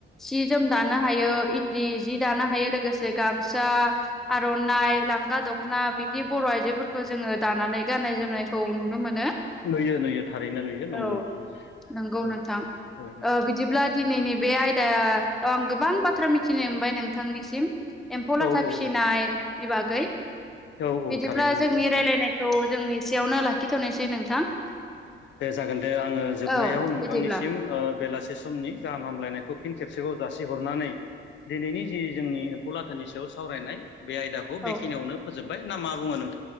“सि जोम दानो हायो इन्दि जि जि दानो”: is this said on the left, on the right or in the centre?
Centre